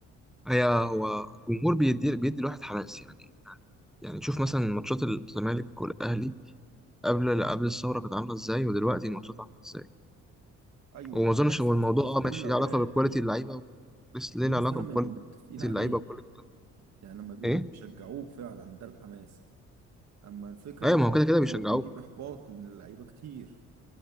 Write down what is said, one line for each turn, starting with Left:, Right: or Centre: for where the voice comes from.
Centre: هي هو جمهور بيدي بيدي الواحد حماس يعني يعني يعني شوف مثلا ماتشات الزمالك والاهلي قبل قبل الثوره كانت عامله ازاي ودلوقتي الماتشات عامله ازاي
Right: ايوه
Centre: وما
Right: حماس
Centre: اظنش هو الموضوع
Right: بس مش في
Centre: اه ماشي
Right: كل الاوقات
Centre: ليه علاقه بكواليتي اللعيبه بس ليه
Right: الحماس
Centre: له علاقه
Right: ده لما
Centre: بكواليتي
Right: يبقوا متفقين عليه
Centre: اللعيبه وكل الكلام
Right: يعني لما بيبقوا
Centre: ايه
Right: بيشجعوك فعلا ده الحماس اما الفكره
Centre: ايوه
Right: ان
Centre: ما هو كده كده
Right: الجمهور
Centre: بيشجعوك
Right: بيجيب احباط لان اللعيبه كتير